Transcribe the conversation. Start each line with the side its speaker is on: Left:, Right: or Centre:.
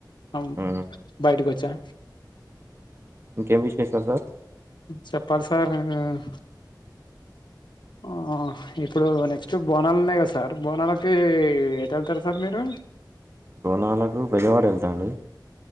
Left: అవును
Right: ఉమ్
Left: బయటకి వచ్చా
Right: ఇంకేం విశేషాలు సార్
Left: చెప్పాలి సార్ ఉమ్ ఆ ఇప్పుడు నెక్స్ట్ బోనాలు ఉన్నాయి కదా సార్ బోనాలకి ఎటల్తారు సార్ మీరు
Right: బోనాలకు బెజవాడ వెళ్తా అండి